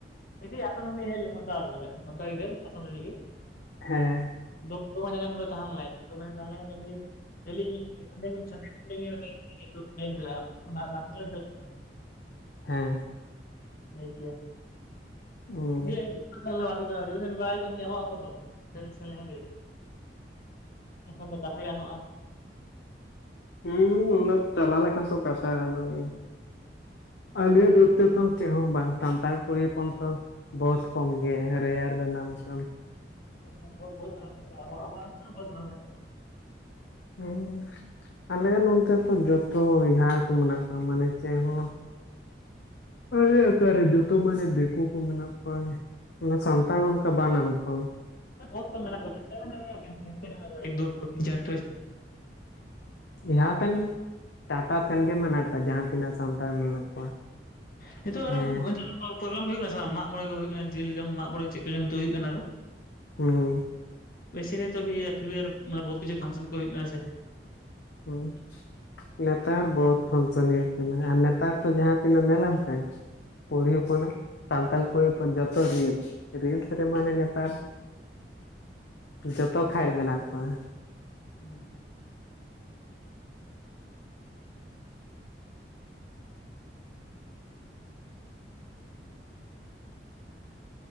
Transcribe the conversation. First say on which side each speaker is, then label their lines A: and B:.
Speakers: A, on the left (about 55°); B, on the left (about 75°).
A: ᱢᱤᱫᱴᱤᱡ ᱟᱥᱟᱢ ᱨᱮᱱᱤᱡ ᱦᱮᱡ ᱞᱮᱱᱟ ᱥᱟᱱᱛᱟᱲ ᱥᱟᱱᱛᱟᱲ ᱜᱤᱫᱟᱹᱨ ᱟᱥᱟᱢ ᱨᱤᱱᱤᱡ ᱜᱮ
B: ᱦᱮᱸ
A: <unintelligible> ᱰ <inaudible>
B: ᱦᱮᱸ
A: ᱞᱟᱹᱭᱠᱮᱭᱟ
B: ᱦᱩᱸ
A: ᱩᱱᱤᱭᱟᱜ <inaudible> ᱧᱟᱢᱚᱜ ᱟᱠᱚ ᱛᱚ ᱥᱮᱱ ᱞᱮᱠᱷᱟᱱ ᱜᱮ ᱮᱱᱠᱷᱟᱱ ᱫᱚ ᱠᱟᱛᱷᱟ ᱜᱟᱱᱚᱜᱼᱟ
B: ᱦᱩᱸ ᱩᱱᱟ ᱪᱟᱞᱟᱣ ᱞᱮᱠᱷᱟᱱ ᱛᱚ ᱠᱟᱛᱷᱟ ᱜᱟᱱᱚᱜ ᱜᱮᱭᱟ ᱟᱞᱮ ᱱᱚᱛᱮ ᱫᱚ ᱪᱮᱫ ᱦᱚᱸ ᱵᱟᱝ ᱥᱟᱱᱛᱟᱲ ᱠᱩᱲᱤ ᱦᱚᱯᱚᱱᱛᱚ ᱵᱚᱦᱚᱛ ᱠᱚᱢ ᱜᱮ ᱨᱮᱭᱟᱨ ᱨᱮ ᱱᱟᱢ ᱥᱟᱢ
A: <inaudible>
B: ᱦᱮᱸ ᱟᱞᱮ ᱱᱚᱱᱛᱮ ᱫᱚ ᱡᱚᱛᱚ ᱮᱦᱟ ᱠᱚ ᱢᱮᱱᱟᱜ ᱠᱚᱣᱟ ᱢᱟᱱᱮ ᱪᱮᱫ ᱦᱚᱸ ᱟᱞᱮ ᱚᱠᱟᱨᱮ ᱡᱚᱛᱚ ᱢᱟᱱᱮ ᱫᱮᱠᱩ ᱠᱚ ᱢᱮᱱᱟᱜ ᱠᱚᱣᱟ ᱢᱟᱱᱮ ᱥᱟᱱᱛᱟᱲ ᱚᱱᱠᱟ ᱵᱟ ᱱᱟᱢ ᱠᱚᱣᱟᱢ
A: <inaudible>
B: ᱮᱦᱟ ᱛᱮᱱ ᱴᱟᱴᱟ ᱥᱮᱱ ᱜᱮ ᱢᱮᱱᱟᱜ ᱠᱚᱣᱟ ᱡᱟᱦᱟᱸ ᱛᱤᱱᱟᱹᱜ ᱥᱟᱱᱛᱟᱲ ᱢᱮᱱᱟᱜ ᱠᱚᱣᱟ
A: ᱱᱤᱛᱳᱜ ᱟᱨᱚ
B: ᱦᱮᱸ
A: ᱦᱩᱭᱩᱜ ᱠᱟᱱᱟ ᱥᱮ ᱵᱟᱝ ᱢᱟᱜ ᱢᱚᱬᱮ ᱠᱚ ᱦᱩᱭᱩᱜ ᱠᱟᱱᱟ ᱡᱤᱞ ᱡᱚᱢ ᱢᱟᱜ ᱢᱚᱬᱮ ᱪᱮᱫ ᱠᱚᱪᱚᱝ ᱦᱩᱭᱩᱜ ᱠᱟᱱᱟ ᱟᱨᱚ
B: ᱦᱩᱸᱦᱩᱸ
A: ᱢᱟᱱᱮ ᱵᱚᱦᱩᱛ ᱠᱤᱪᱷᱩ ᱯᱷᱟᱱᱥᱮᱱ ᱠᱚ ᱦᱩᱭᱩᱜ ᱠᱟᱱᱟ ᱥᱮ
B: ᱦᱳᱭ ᱱᱮᱛᱟᱨ ᱵᱚᱦᱩᱛ ᱯᱷᱟᱱᱥᱚᱱ ᱦᱩᱭᱩᱜ ᱠᱟᱱᱟ ᱟᱨ ᱱᱮᱛᱟᱨ ᱛᱚ ᱡᱟᱦᱟᱸ ᱛᱤᱱᱟᱹᱜ ᱧᱮᱞᱟᱢ ᱥᱮ ᱠᱩᱲᱤ ᱦᱚᱯᱚᱱᱟᱜ ᱥᱟᱱᱛᱟᱲ ᱠᱩᱲᱤ ᱦᱚᱯᱚᱱ ᱡᱚᱛᱚ ᱨᱤᱞᱥ ᱨᱤᱞᱥ ᱨᱮ ᱢᱟᱱᱮ ᱱᱮᱛᱟᱨ ᱡᱚᱛᱚ ᱠᱷᱟᱱ ᱢᱮᱱᱟᱜ ᱠᱚᱣᱟ
A: ᱦᱩᱸ ᱦᱮᱸ